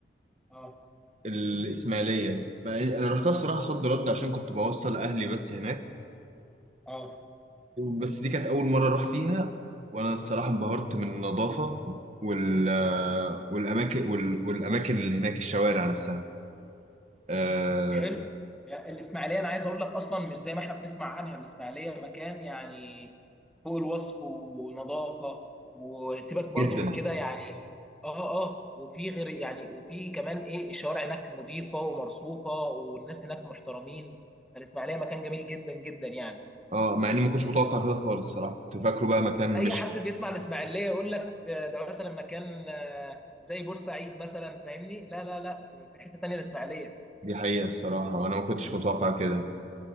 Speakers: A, in the centre; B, on the right.
A: اه
B: الاسماعيليه مع إن انا رحتها الصراحه صد رد عشان كنت بوصل اهلي بس هناك
A: اه
B: بس دي كانت اول مره اروح فيها وانا الصراحه انبهرت من النظافه وال آه، والاماكن وال... والاماكن اللي هناك الشوارع نفسها آه،
A: حلو يعني الاسماعيليه انا عايز اقول لك اصلا مش زي ما احنا بنسمع عنها الاسماعيليه مكان يعني فوق الوصف ونظافه وسيبك برضو
B: جدا
A: من كده يعني اه اه وفي غير يعني وفي كمان ايه الشوارع هناك نظيفه ومرصوفه والناس هناك محترمين الاسماعيليه مكان جميل جدا جدا يعني
B: اه مع اني ما كنتش متوقع كده خالص الصراحه كنت فاكره بقى مكان
A: اي
B: مش
A: حد بيسمع الاسماعيليه يقول لك آه، ده مثلا مكان آه، زي بورسعيد مثلا فاهمني لا لا لا في حته تانيه الاسماعيليه
B: دي حقيقه الصراحه وانا ما كنتش متوقع كده